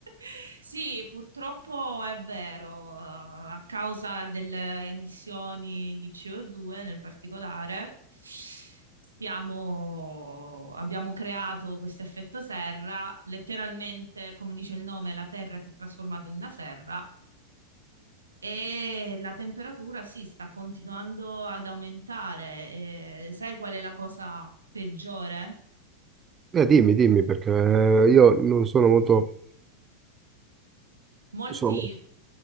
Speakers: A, on the right (about 75°); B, on the right (about 25°).
A: <laughs> Sì, purtroppo è vero, eh, a causa delle emissioni di CO2 nel particolare, stiamo- abbiamo creato questo effetto serra, letteralmente, come dice il nome, la Terra si è trasformata in una serra e la temperatura sì, sta continuando ad aumentare. E sai qual è la cosa peggiore?
B: Eh, dimmi, dimmi, perché eh, io non sono molto...
A: Molti,
B: Insomma,